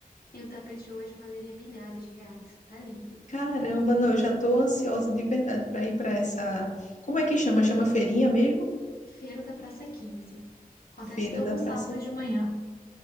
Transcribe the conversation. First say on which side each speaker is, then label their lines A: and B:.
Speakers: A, on the left; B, on the left.
A: e o tapete hoje valeria milhares de reais. Tá lindo.
B: Caramba, não, eu já tô ansiosa de verdade para ir para essa. Como é que chama? Chama feirinha mesmo?
A: Feira da Praça Quinze Acontece
B: Feira
A: todo
B: da Praça
A: sábado
B: aqui.
A: de manhã.